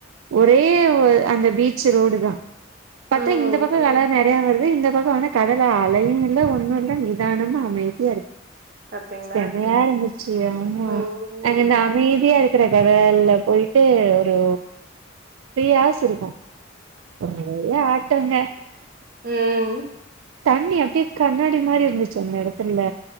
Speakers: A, on the right; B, on the right.
A: ஒரே ஒ அந்த பீச் ஷிரோடுதா பத்தா
B: ம்.
A: இந்த பக்கம் அல நெறைய வரு அ இந்த பக்க வந்து கடலை அலையு இல்ல ஒண்ணு இல்லை நிதானமா அமைதியா இருக்கு
B: பாத்தீங்களா?
A: செமையா இருந்துச்சு ஆமா
B: ம்.
A: அதுல அமை ப்பியா இருக்கிற கடல்ல போயிட்டு ஒரு த்ரீ ஹார்ஸ் இருக்கு அ ஏ <unintelligible> ட்டோங்க
B: உம்
A: தண்ணி அப்டியே கண்ணாடி மாரி இருந்துச்சு அந்த ஏடத்துல்ல